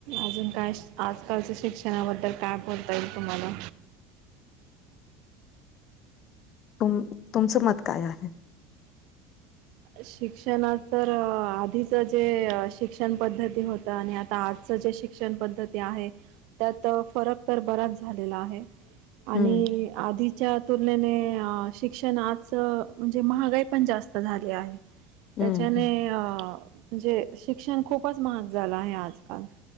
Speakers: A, on the right; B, on the left.
A: अजून काय आजकालच्या शिक्षणाबद्दल काय बोलता येईल तुम्हाला
B: तुम तुमचं मत काय आहे?
A: शिक्षणात तर आधीचं जे शिक्षण पद्धती होत आणि आता आजचं जे शिक शिक्षण पद्धती आहे त्यात फरक तर बराच झालेला आहे. आणि
B: हम्म
A: आधी च्या तुलनेने अं शिक्षण आज म्हणजे महागाई पण जास्त झाली आहे. त्याच्याने
B: हम्म
A: अ म्हणजे शिक्षण खूपच महाग झालं आहे आजकाल